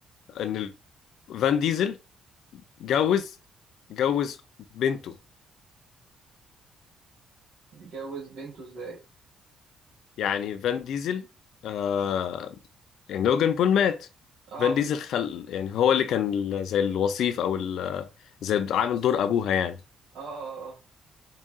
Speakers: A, on the left; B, on the right.
A: ان فان ديزل جوز جوز بنته
B: متجوز بنته ازاي
A: يعني فان ديزل آه يعني لوجان بول مات
B: اه
A: فان
B: اه
A: ديزل خل يعني هو اللي كان ال- زي الوصيف او ال... زي عامل دور ابوها يعني
B: اه اه آه.